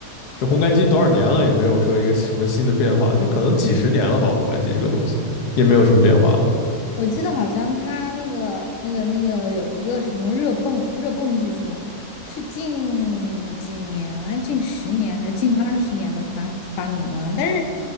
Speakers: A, on the left; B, on the left.
A: 这烘干机多少年了也没有说一个什么新的变化，这可能几十年了吧。烘干机这个东西也没有什么变化，
B: 我记得好像他那个、那个、那个有一个什么热泵、热泵技术，是近几年、啊，近十年还是近二十年的发发明啊？但是